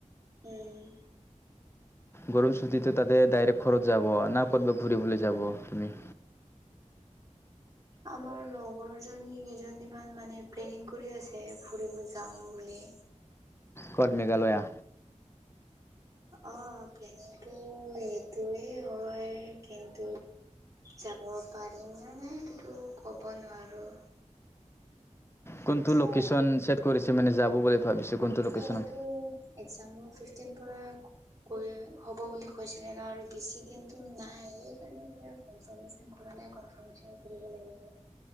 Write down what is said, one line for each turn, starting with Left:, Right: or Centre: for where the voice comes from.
Right: উম।
Left: গৰম ছুটীটো তাতে ডাইৰেক্ট ঘৰত যাব না ক'ৰবাত ঘূৰিবলৈ যাব আপুনি?
Right: আমাৰ লগৰ জনী কেইজনীমান মানে প্লেনিং কৰি আছে ফুৰিব যাওঁ বুলি।
Left: ক'ত মেঘালয়া?
Right: অ' প্লেনিংটো সেইটোৱেই হয় কিন্তু যাব পাৰিম নে নাই সেইটোতো ক'ব নোৱাৰো।
Left: কোনটো
Right: এতিয়া
Left: লোকেশ্যন ছেট কৰিছে মানে যাব বুলি ভাবিছে কোনটো
Right: এতিয়াতো
Left: লোকেশ্যনত
Right: এক্সামু ফিফটিন পৰা কলে হ'ব বুলি কৈছিলে ন আৰু বেছি দিনতু নাই সেই কাৰণে এতিয়া কনফাৰমেশন কৰা মানে কনফাৰমেশন কৰিব লাগিব।